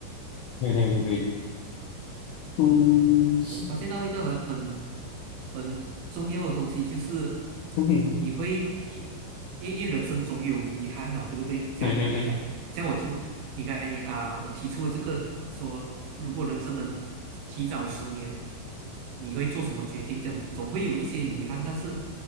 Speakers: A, on the left; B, on the right.
A: 对对对对，嗯，
B: 嗯嗯，
A: 是，
B: 我发现到一个很很很重要的东西，就是
A: 嗯，
B: 你会因因为人生总有遗憾嘛，对不对？像你讲，
A: 对对对
B: 像我听我你刚才啊、我提出了这个说，如果人生能提早十年，你会做什么决定？这样子总会有一些遗憾，但是